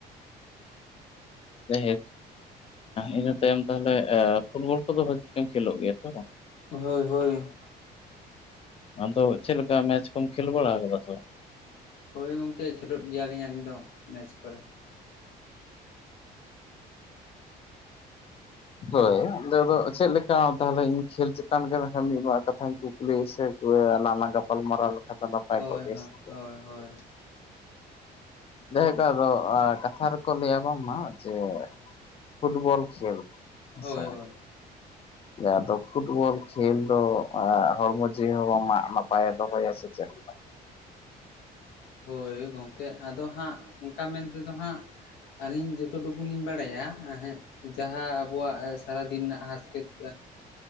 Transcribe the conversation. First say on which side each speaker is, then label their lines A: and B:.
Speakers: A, on the left; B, on the left.
A: ᱦ <unintelligible> ᱤᱱᱟᱹ ᱛᱟᱭᱚᱢ ᱛᱟᱦᱚᱞᱮ ᱯᱷᱩᱴᱵᱚᱞ ᱠᱚᱫᱚ ᱵᱷᱟᱹᱜᱤ ᱛᱮᱢ ᱠᱷᱮᱞᱳᱜ ᱜᱮᱭᱟ ᱛᱚ ᱵᱟᱝ
B: ᱦᱚᱭ ᱦᱚᱭ
A: ᱟᱫᱚ ᱪᱮᱫ ᱞᱮᱠᱟ ᱢᱮᱪ ᱠᱚᱢ ᱠᱷᱮᱞ ᱵᱟᱲᱟ ᱠᱟᱫᱟ ᱛᱚ
B: ᱦᱚᱭ ᱜᱚᱢᱠᱮ ᱠᱷᱮᱞᱳᱰ ᱜᱮᱭᱟᱞᱤᱧ ᱟᱹᱞᱤᱧ ᱫᱚ ᱢᱮᱪ ᱠᱚᱨᱮ
A: ᱦᱚᱭ ᱟᱫᱚ ᱪᱮᱫ ᱞᱮᱠᱟ ᱛᱟᱦᱚᱞᱮ ᱤᱧ ᱠᱷᱮᱞ ᱪᱮᱛᱟᱱ ᱨᱮ ᱢᱤᱫ ᱵᱟᱨ ᱠᱟᱛᱷᱟᱧ ᱠᱩ ᱠᱩᱞᱤ ᱥᱮ ᱟᱞᱟᱝ ᱜᱟᱯᱟᱞᱢᱟᱨᱟᱣ ᱞᱮᱠᱷᱟᱱ ᱫᱚ ᱱᱟᱯᱟᱭ
B: ᱦᱳᱭ
A: ᱠᱚᱜ ᱜᱮᱥᱮ
B: ᱦᱳᱭ ᱦᱳᱭ ᱦᱳᱭ
A: ᱡᱟᱭ ᱟᱫᱚ ᱠᱟᱛᱷᱟ ᱨᱮᱠᱚ ᱞᱟᱹᱭᱟ ᱵᱟᱝᱢᱟ ᱡᱮ ᱯᱷᱩᱴᱵᱚᱞ ᱠᱷᱮᱞ
B: ᱦᱳᱭ
A: ᱪᱷᱟ
B: ᱦᱳᱭ
A: ᱟᱫᱚ ᱯᱷᱩᱴᱵᱚᱞ ᱠᱷᱮᱞ ᱫᱚ ᱦᱚᱲᱢᱚ ᱡᱤᱣᱤ ᱦᱚᱸ ᱵᱟᱝ ᱢᱟᱜ ᱱᱟᱯᱟᱭᱮ ᱫᱚᱦᱚᱭᱟ ᱥᱮ <inaudible>
B: ᱦᱚᱭ ᱜᱚᱢᱠᱮ ᱟᱫᱚ ᱦᱟᱸᱜ ᱚᱱᱠᱟ ᱢᱮᱱ ᱛᱮᱫᱚ ᱦᱟᱸᱜ। ᱟᱹᱞᱤᱧ ᱡᱚᱛᱚ ᱴᱩᱠᱩ ᱞᱤᱧ ᱵᱟᱰᱟᱭᱟᱜ ᱦᱮᱸ ᱡᱟᱦᱟᱸ ᱟᱵᱚᱣᱟᱜ ᱥᱟᱨᱟᱫᱤᱱ ᱨᱮᱱᱟᱜ ᱦᱟᱥᱠ <unintelligible> <inaudible>